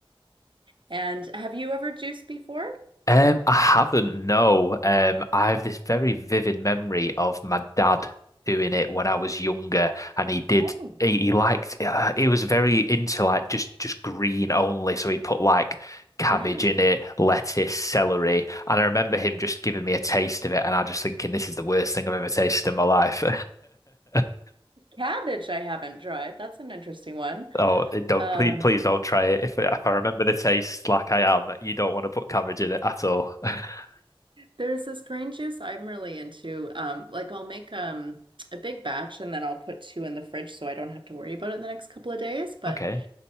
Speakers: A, on the right (about 60°); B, on the left (about 35°).
A: And have you ever juiced before?
B: Um, I haven't, no. Um, I have this very vivid memory of my dad doing it when I was younger, and he did.
A: Oh,
B: He, he liked. Uh, he was very into like just just green only, so he'd put like cabbage
A: yeah,
B: in it, lettuce, celery, and I remember
A: yeah.
B: him just giving me a taste of it, and I just thinking this is the worst thing I've ever tasted in my life. <laughs>
A: Cabbage, I haven't tried. That's an interesting one.
B: Oh, don't
A: Um,
B: please please don't try it. If if I remember the taste like I am, you don't want to put cabbage in it at all. <laughs>
A: there's this green juice I'm really into. Um, like I'll make um a big batch and then I'll put two in the fridge so I don't have to worry about it the next couple of days. But
B: Okay.